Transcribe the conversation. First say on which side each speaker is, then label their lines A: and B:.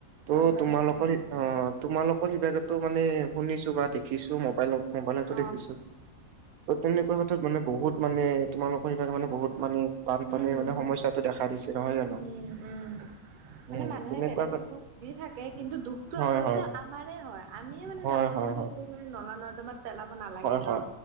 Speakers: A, on the right; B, on the right.
A: ত'
B: বানপানী
A: তোমালোকৰ
B: হোৱা নিচিনা।
A: অঁ' তোমালোকৰ সিবাগেটো মানে- শুনিছো বা দেখিছো মবাইলত মবাইলটো
B: অ',
A: দেখিছো। ত' তেনেকুৱা কথাত মানে বহুত মানে- তোমালোকৰ এইবাকে মানে, বহুত মানে, বানপানীৰ
B: উম,
A: মানে সমস্যটো দেখা দিছে, নহয় জানো?
B: উম, উম।
A: উম,
B: মানে মানুহে
A: তেনেকুৱা
B: বেলেগক দুখ দি থাকে, কিন্তু দুখটো
A: হয়,
B: আচলতে
A: হয়,
B: আ আমাৰেই হয়, আমিয়েই মানে
A: হয়,
B: জাবৰ
A: হয়, হয়।
B: জোথৰটো মানে নলা-নৰ্দমাত পেলাব নালাগে।
A: হয় হয়,
B: ন